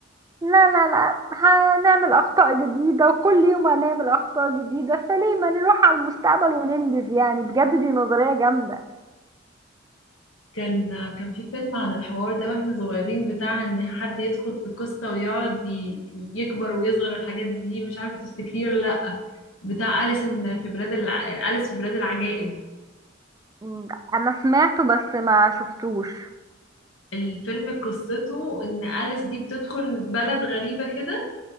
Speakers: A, on the right; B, on the left.
A: لا لا لا هنعمل أخطاء جديدة وكل يوم هنعمل أخطاء جديدة فليه ما نروح على المستقبل وننجز يعني بجد دي نظرية جامدة
B: كان كان في فيلم عن الحوار ده واحنا صغيرين بتاع ان حد يدخل في قصة ويقعد ي- يكبر ويصغر الحاجات دي مش عارفة تفتكريه ولا لأ بتاع أليس إن في بلاد الع... أليس في بلاد العجائب
A: مم، أنا سمعته بس ما شفتوش
B: الفيلم قصته ان أليس دي بتدخل بلد غريبة كده